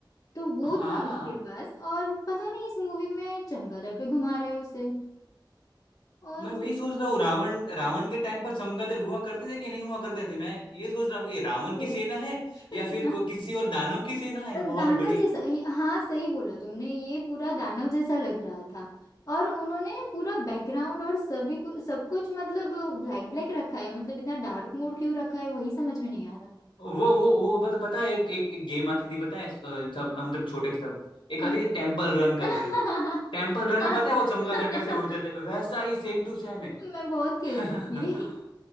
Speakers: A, on the left; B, on the left.
A: तो वो
B: हाँ
A: था उसके पास और पता नहीं इस मूवी में चमगादड़ पे घुमा रहे हैं उसे और
B: मैं वही सोच रहा हूँ रावण रावण के टाइम पर चमगादड़ हुआ करते थे कि नहीं हुआ करते थे मैं ये सोच रहा हूँ कि ये रावण की
A: वो
B: सेना है
A: <laughs>
B: या फिर को, किसी और दानव की सेना है
A: पर
B: बहुत
A: दानव
B: बड़ी
A: जैसा ये- हाँ सही बोला तुमने ये पूरा दानव जैसा लग रहा था और उन्होंने पूरा बैकग्राउंड और सभी को सब कुछ मतलब ब्लैक ब्लैक रखा है मतलब इतना डार्क मोड क्यों रखा है वही समझ में नहीं आ रहा
B: वो वो वो पता पता है एक एक, एक गेम आती थी पता है अ, तब हम जब छोटे थे तब एक
A: कौन
B: आती थी टेम्पल रन करके
A: <laughs>
B: टेम्पल रन में पता है वो चमगादड़ कैसे उड़ते थे वैसा ही सेम टू सेम है
A: मैं बहुत खेलती
B: <laughs>
A: थी